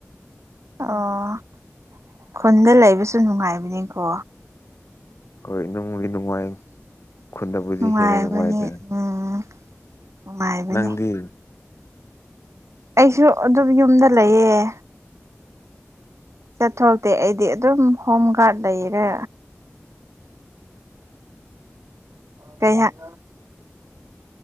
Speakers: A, on the right (about 75°); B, on the left (about 65°).
A: ꯑꯣ ꯈꯨꯟꯗ ꯂꯩꯕꯁꯨ ꯅꯨꯡꯉꯥꯏꯕꯅꯦꯀꯣ
B: ꯍꯣꯏ ꯅꯨꯡꯗꯤ ꯅꯨꯡꯉꯥꯏ ꯈꯨꯟꯗꯕꯨꯗꯤ
A: ꯅꯨꯡꯉꯥꯏꯕꯅꯤ
B: ꯍꯦꯟꯅ ꯅꯨꯡꯉꯥꯏꯗ
A: ꯎꯝ ꯅꯨꯡꯉꯥꯏꯕꯅꯤ
B: ꯅꯪꯗꯤ
A: ꯑꯩꯁꯨ ꯑꯗꯨꯝ ꯌꯨꯝꯗ ꯂꯩꯌꯦ ꯆꯠꯊꯣꯛꯇꯦ ꯑꯩꯗꯤ ꯑꯗꯨꯝ ꯍꯣꯝ ꯒꯥꯔꯗ ꯂꯩꯔꯦ ꯀꯩꯍꯥꯛ